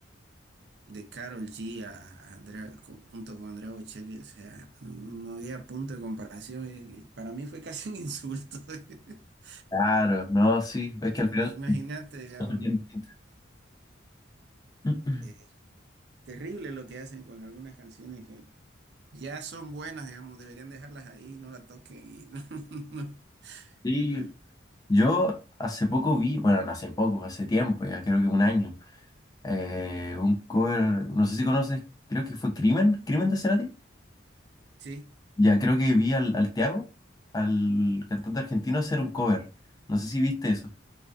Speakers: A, on the right; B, on the left.
A: de Karol G a, a Andrea, con- junto con Andrea Bocelli, o sea, no, no- no había punto de comparación. eh, eh, Para mí fue <laughs> casi un insulto. <laughs>
B: Claro, no, sí, es
A: Ima-
B: que al final
A: Imagínate,
B: son
A: digamos,
B: cosas bien
A: ¿no?
B: distintas. <clears throat>
A: eh, terrible lo que hacen con algunas canciones que Ya son buenas, digamos, deberían dejarlas ahí, no la toquen y <laughs> no, no,
B: Sí,
A: no,
B: yo hace poco vi, bueno, no hace poco, hace tiempo, ya creo que un año, eh, un cover, no sé si conoces, creo que fue Crimen, Crimen de Cerati.
A: sí,
B: Ya creo que vi al, al Tiago, al cantante argentino, hacer un cover. No sé si viste eso.